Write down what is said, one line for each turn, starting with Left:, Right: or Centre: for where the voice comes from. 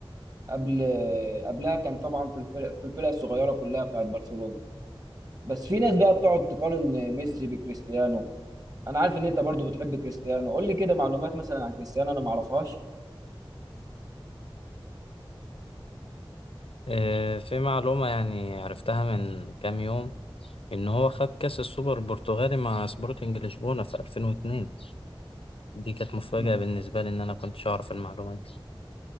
Right: قبل قبلها كان طبعا في الفرق في الفرق الصغيره كلها بتاعت برشلونه بس في ناس بقى بتقعد تقارن ميسي بكريستيانو انا عارف ان انت برضو بتحب كريستيانو قول لي كده معلومات مثلا عن كريستيانو انا ما اعرفهاش
Left: آه، في معلومة يعني عرفتها من كام يوم إن هو خد كأس السوبر البرتغالي مع سبورتنج لشبونة في 2002 دي كانت مفاجأة
Right: م-
Left: بالنسبة لي إن أنا كنتش أعرف المعلومة دي